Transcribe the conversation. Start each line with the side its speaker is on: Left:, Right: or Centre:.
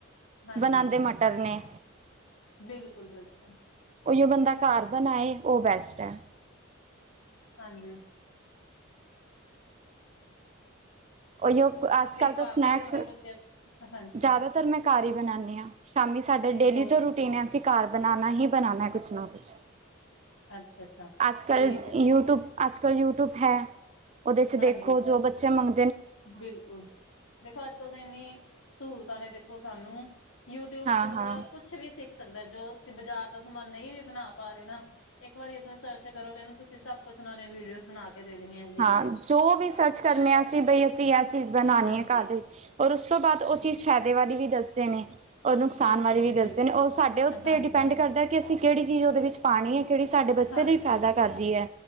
Left: ਹਾਂਜੀ
Right: ਬਨਾਂਦੇ
Left: ਹਾਂਜੀ
Right: ਮਟਰ ਨੇ।
Left: ਬਿਲਕੁਲ ਬਿਲਕੁਲ
Right: ਓਇਓ ਬੰਦਾ ਘਰ ਬਨਾਏ ਉਹ ਬੈਸਟ ਐ।
Left: ਹਾਂਜੀ।
Right: ਓਇਓ
Left: ਤੁਸੀਂ
Right: ਅੱਜ ਕੱਲ ਤਾਂ
Left: ਘਰ
Right: ਸਨੈਕਸ
Left: ਦਾ ਹੀ ਦਿੰਦੇ ਹੋ ਬੱਚਿਆਂ ਨੂੰ? ਹਾਂਜੀ
Right: ਜ਼ਆਦਾਤਰ ਮੈਂ ਘਰ ਈ ਬਨਾਨੀ ਆ। ਸ਼ਾਮੀ ਸਾਡਾ
Left: ਜੀ
Right: ਡੇਲੀ
Left: ਬਹੁਤ
Right: ਤੋਂ
Left: ਅੱਛੀ
Right: ਰੂਟੀਨ
Left: ਗੱਲ
Right: ਐ ਅਸੀਂ ਘਰ ਬਨਾਨਾ ਹੀ ਬਨਾਨਾ ਕੁਛ ਨਾ ਕੁਛ।
Left: ਅੱਛਾ ਅੱਛਾ
Right: ਅਜ ਕੱਲ
Left: ਠੀਕ ਹੈ ਜੀ
Right: ਯੂਟੁਬ ਅੱਜ ਕੱਲ੍ਹ ਯੂਟੁਪ ਹੈ ਉਹਦੇ ਚ
Left: ਹਾਂਜੀ
Right: ਦੇਖੋ ਜੋ ਬੱਚੇ ਮੰਗ
Left: ਬਿਲਕੁਲ ਦੇਖੋ ਅੱਜ ਕੱਲ ਤੇ ਏਨੀ ਸੂਲਤਾਂ ਨੇ ਦੇਖੋ ਸਾਨੂੰ। ਯੂਟਿਊਬ
Right: ਹਾਂ
Left: ਚ ਬੰਦਾ
Right: ਹਾਂ
Left: ਕੁਛ ਵੀ ਸਿੱਖ ਸਕਦਾ ਜੋ ਅਸੀਂ ਬਾਜ਼ਾਰ ਦਾ ਸਮਾਨ ਨਈ ਵੀ ਬਨਾ ਪਾ ਰੇ ਨਾ। ਏਕ ਵਰੀ ਉਥੇ ਸਰਚ ਕਰੋਗੇ ਨਾ ਤੁਸੀਂ ਸਭ ਕੁਛ ਉਹਨਾਂ ਨੇ ਵੀਡੀਓਜ਼ ਬਨਾ ਕੇ ਦੇ ਦੇਣੀਐ ਏਜ ਈ।
Right: ਹਾਂ ਜੋ ਵੀ ਸਰਚ ਕਰਨੇ ਆ ਅਸੀਂ ਬਈ ਅਸੀਂ ਇਹ ਚੀਜ਼ ਬਨਾਨੀ
Left: ਹਾਂਜੀ
Right: ਐ ਘਰ ਦੇ ਵੀ ਔਰ ਉਸ ਤੋਂ ਬਾਅਦ ਉਹ ਚੀਜ਼ ਫਾਇਦੇ ਵਾਲੀ ਵੀ ਦੱਸਦੇ ਨੇ। ਔਰ ਨੁਕਸਾਨ
Left: ਬਿਲਕੁਲ
Right: ਵਾਲੀ
Left: ਜੀ
Right: ਵੀ ਦੱਸਦੇ
Left: ਬਿਲਕੁਲ
Right: ਨੇ ਉਹ ਸਾਡੇ ਉੱਤੇ
Left: ਹਾਂਜੀ
Right: ਡਿਪੈਂਡ ਕਰਦੇ ਕਿ ਅਸੀਂ ਕੇੜੀ ਚੀਜ਼ ਉਹਦੇ ਵਿੱਚ ਪਾਨੀ ਐ ਕੇੜੀ ਸਾਡੇ ਬੱਚੇ
Left: ਹਾਂਜੀ,
Right: ਲਈ ਫਾਇਦਾ
Left: ਹਾਂਜੀ,
Right: ਕਰਦੀ ਐ